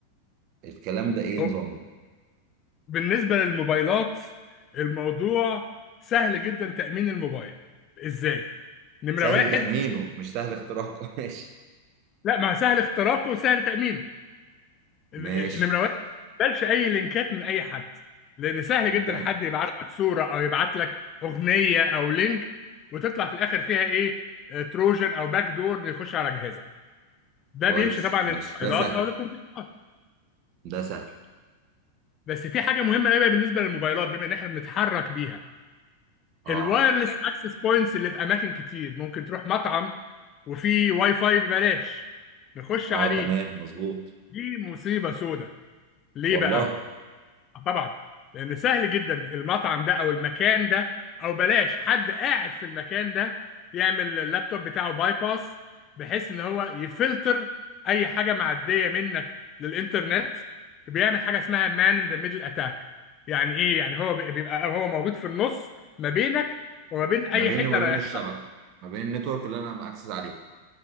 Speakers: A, on the right; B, on the left.
A: الكلام ده ايه نظامه
B: هو بالنسبه للموبايلات الموضوع سهل جدا تامين الموبايل ازاي نمره
A: سهل
B: واحد
A: تأمينه مش سهل اختراقه <laughs> ماشي
B: لا ما سهل اختراقه وسهل تامينه ال-
A: ماشي
B: نمره واحد ما تقبلش اي لينكات من اي حد لان سهل جدا
A: ده
B: حد يبعت لك صوره او يبعت لك اغنيه او لينك وتطلع في الاخر فيها ايه آه، تروجن او باك دور يخش على جهازك ده
A: كويس
B: بيمشي طبعا للموبايلات
A: ماشي ده سهل
B: او للكمبيوترات
A: ده سهل
B: بس في حاجه مهمه قوي بالنسبه للموبايلات بما ان احنا بنتحرك بيها
A: اه
B: الوايرلس اكسس بوينتس اللي في اماكن كتير ممكن تروح مطعم وفي واي فاي ببلاش نخش
A: اه
B: عليه
A: تمام مظبوط
B: دي مصيبة سودة ليه
A: والله
B: بقى طبعا لان سهل جدا المطعم ده او المكان ده او بلاش حد قاعد في المكان ده يعمل اللابتوب بتاعه باي باس بحيث ان هو يفلتر اي حاجه معديه منك للانترنت بيعمل حاجه اسمها مان ان ذا ميدل اتاك يعني ايه يعني هو بي- بيبقى هو موجود في النص ما بينك وما بين اي
A: ما بيني
B: حته
A: وما بين
B: رايح
A: الشبكه ما بين النتورك اللي انا اكسس عليها